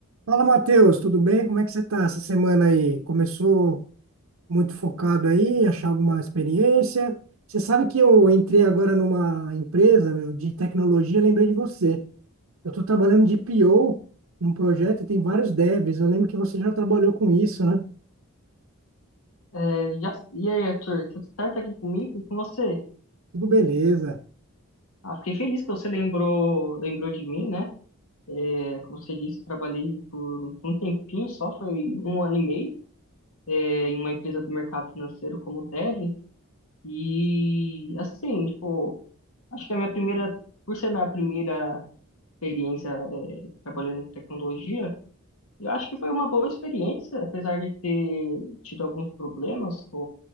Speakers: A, on the right; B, on the left.
A: Fala, Matheus, tudo bem? Como é que você está essa semana aí? Começou muito focado aí, achar alguma experiência? Você sabe que eu entrei agora numa empresa, meu, de tecnologia, lembrei de você. Eu estou trabalhando de PO num projeto e tem vários devs. Eu lembro que você já trabalhou com isso, né?
B: É, já- E aí, Arthur, tudo certo aqui comigo e com você?
A: Tudo beleza,
B: Ah, fiquei feliz que você lembrou, lembrou de mim, né? É, como você disse, eu trabalhei por um tempinho só, foi um ano e meio, é, em uma empresa do mercado financeiro como Dev. E, assim, tipo, acho que a minha primeira, por ser minha primeira experiência, é, trabalhando em tecnologia, eu acho que foi uma boa experiência, apesar de ter tido alguns problemas